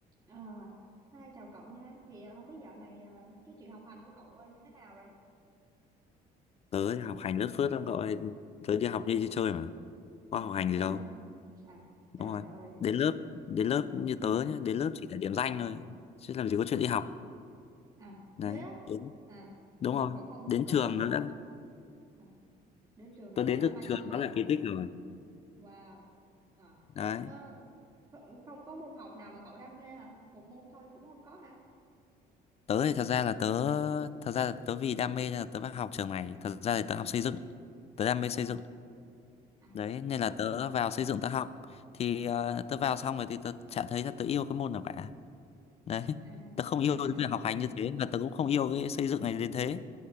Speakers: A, on the right; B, on the left.
A: À, hai chào cậu nha. Thì à, không biết dạo này à, cái chuyện học hành của cậu à, như thế nào rồi?
B: tớ học hành lớt phớt lắm cậu ơi tớ đi học như đi chơi mà
A: À,
B: có học hành gì
A: thế
B: đâu
A: hả? À,
B: đúng
A: trời
B: rồi
A: ơi.
B: đến lớp đến lớp như tớ
A: <laughs>
B: nhá đến lớp chỉ là điểm danh thôi chứ làm gì có chuyện đi học
A: À,
B: đấy
A: thế á?
B: đến
A: À,
B: đúng
A: ừ,
B: rồi
A: cậu không
B: đến
A: cậu
B: trường
A: không có
B: nó đã
A: à, đến trường là
B: tớ
A: đã
B: đến được
A: may
B: trường
A: lắm rồi
B: nó là
A: hả?
B: kỳ tích rồi
A: Wow. À,
B: đấy
A: ờ, kh- không có môn học nào mà cậu đam mê hả? Một môn thôi cũng không có hả?
B: tớ thì thật ra là tớ thật ra là tớ vì đam mê nên là tớ phải học trường này thật ra thì tớ học xây dựng tớ đam mê xây dựng
A: À,
B: đấy nên là tớ vào xây dựng tớ học thì ờ, tớ vào xong rồi thì tớ chả thấy là tớ yêu cái môn nào cả đấy
A: à,
B: tớ không yêu
A: à.
B: cái việc học
A: <laughs>
B: hành như thế và tớ cũng không yêu cái xây dựng này đến thế